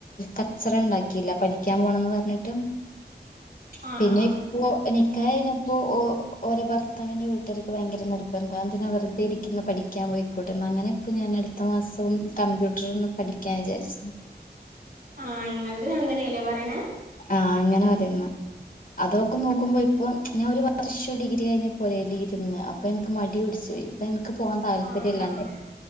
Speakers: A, on the left (about 50°); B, on the right (about 60°).
A: കച്ചറ ഉണ്ടാക്കിയില്ല പഠിക്കാൻ പോകണംന്ന് പറഞ്ഞിട്ട്
B: ആഹ്
A: പിന്നെ
B: ആഹ്
A: ഇപ്പോ നി നിക്കാഹ് കഴിഞ്ഞപ്പോൾ ഓരെ ഭർത്താവിന്റെ വീട്ടുകാർക്ക് ഭയങ്കര നിർബന്ധം എന്തിനാ വെറുതെ ഇരിക്കുന്നെ പഠിക്കാൻ പോയി കോട്ടെ അങ്ങനെ ഇപ്പോ ഞാൻ അടുത്ത മാസം കമ്പ്യൂട്ടറിന് പഠിക്കാന്ന് വിചാരിച്ച്
B: ആഹ് ങ്ങൾത് അങ്ങനെയല്ലേ പറയണ
A: ആഹ് അങ്ങനെ മതിന്ന് അതൊക്കെ നോക്കുമ്പോ ഇപ്പൊ ഞാൻ ഒരു വർഷ ഡിഗ്രി കഴിഞ്ഞ പുരേലിരുന്ന് അപ്പൊ ൻക്ക് മടി പിടിച്ച് ഇപ്പൊ ൻക്ക് പോവാൻ താല്പര്യം
B: ആഹ്
A: ഇല്ലാണ്ടായി
B: ആഹ്